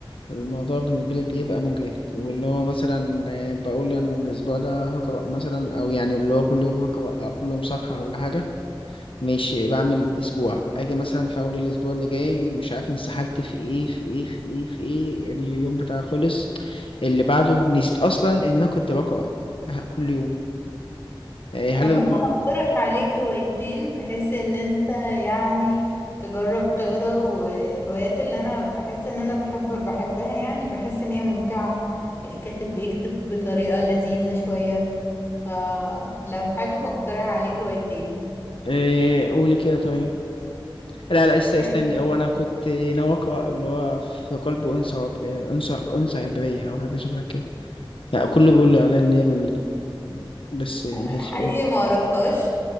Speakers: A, on the left; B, on the left.
A: الموضوع بالنسبة لي بيبقى مجهد واللي هو مثلا آه، بقول أنا الأسبوع ده هقرأ مثلا أو يعني اللي هو كل يوم هقرأ كل يوم صفحة ولا حاجة ماشي بعمل أسبوع أجي مثلا في أول الأسبوع اللي جاي مش عارف انسحلت في إيه في إيه في إيه في إيه اليوم بتاعي خلص اللي بعده نسيت أصلا إن أنا كنت بقرأ آه، كل يوم آه، هل
B: انا ممكن
A: الم...
B: اقترح عليك روايتين بحيث ان انت يعني تجرب تقرا والروايات اللي انا بحس ان انا بحب بحبها يعني بحس ان هي ممتعة الكاتب بيكتب بطريقة لذيذة شوية فلو حابب اقترح عليك روايتين
A: آه، قولي كده طيب لا لا است- استني
B: آه،
A: هو أنا كنت ناوي أقرأ اللي هو في قلب أنثى آه، أنثى أنثى عبرية أو حاجة شبه كده لا كله بيقول لي عليها ان هي جميله بس ماشي
B: آه، حقيقي
A: قول
B: ما قريتهاش